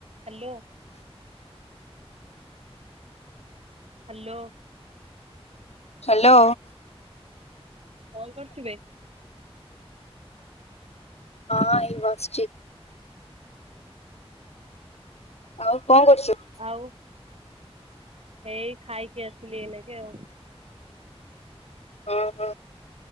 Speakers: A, on the right; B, on the left.
A: Hello. Hello.
B: Hello.
A: କଣ କରୁଛୁ ବେ?
B: ହଁ ଏଇ ବାସ୍ଚି। ଆଉ କଣ କରୁଛୁ?
A: ଆଉ ହେଇ ଖାଇକି ଆସିଲି ଏଇନା କେ ଆଉ
B: ହୁଁ ହୁଁ